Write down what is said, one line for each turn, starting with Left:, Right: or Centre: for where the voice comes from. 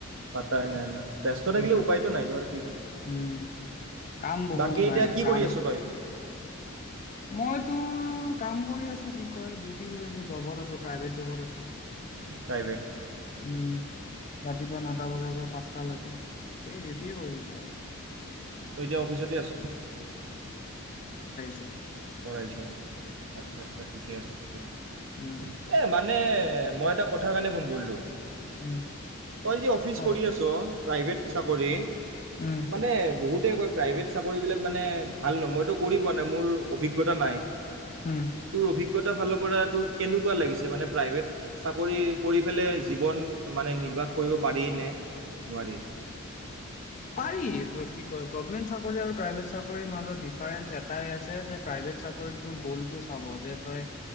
Right: পাতাই নাই ন ব্যস্ত থাকিলে
Left: উম
Right: উপায়তো নাইতো আৰু কি কৰিবি
Left: উম! কাম বহুত
Right: বাকী এতিয়া
Left: বাই
Right: কি
Left: কাম
Right: কৰি আছো তই
Left: মই তোৰ কাম কৰি আছো কি কয় ডিউটি কৰি আছো জবত আছো প্ৰাইভেট জবত আছো
Right: প্ৰাইভেট
Left: উম ৰাতিপুৱা নটা বজাৰ পৰা পাঁচটালৈকে এই ডিউটিয়ে কৰি আছো আৰু
Right: তই এতিয়া অফিচতে আছো
Left: ছো
Right: চৰাই আচছা আচছা ঠিকে আছে ঠিকে আছে
Left: উম
Right: এ মানে মই এটা কথা কাৰণে ফোন কৰিলোঁ
Left: উম
Right: তই যে অফিচ
Left: ক
Right: কৰি আছ প্ৰাইভেট
Left: উম
Right: চাকৰি
Left: উম
Right: মানে বহুতে কয় প্ৰাইভেট চাকৰিবিলাক মানে ভাল নহ মইতো কৰিব নাই মোৰ অভিজ্ঞ অভিজ্ঞতা নাই
Left: উম
Right: তোৰ অভিজ্ঞ অভিজঞতাৰ ফালৰ পৰাতো কেনেকুৱা লাগিছে মানে প্ৰাইভেট চাকৰি কৰি পেলাই জীৱন মানে নিৰ্বাহ কৰিব পাৰি নে নোৱাৰি।
Left: পাৰি কি কয় গভমেন্ট চাকৰি আৰু প্ৰাইভেট চাকৰিৰ মাজত ডিফাৰেন্ঞ্চ এটাই আছে যে প্ৰাইভেট চাকৰিটোৰ গ'লটো চাব যে তই